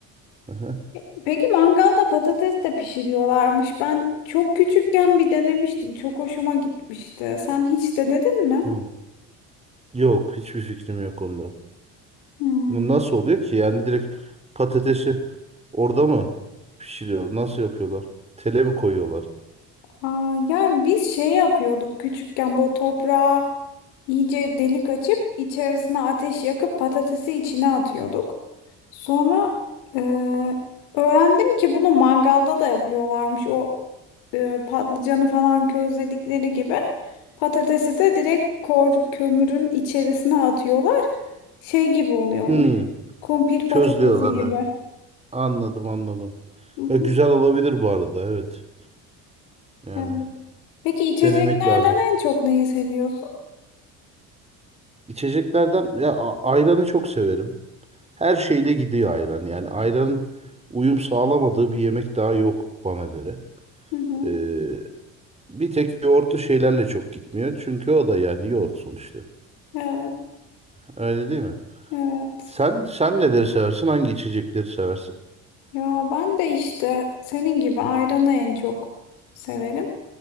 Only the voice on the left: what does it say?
Pe- Peki mangalda patates de pişiriyorlarmış. Ben çok küçükken bir denemiştim. Çok hoşuma gitmişti. Sen hiç denedin mi?
Hmm.
Aa, yani biz şey yapıyorduk küçükken böyle toprağa iyice delik açıp içerisine ateş yakıp patatesi içine atıyorduk. Sonra e, öğrendim ki bunu mangalda da yapıyorlarmış. O e, patlıcanı falan közledikleri gibi patatesi de direkt kor kömürün içerisine atıyorlar. Şey gibi oluyormuş.
Kumpir
patatesi gibi.
Hı hı,
evet. Peki içeceklerden
en çok neyi seviyorsun?
Hı hı,
evet.
Evet.
Ya ben de işte senin gibi ayranı en çok severim.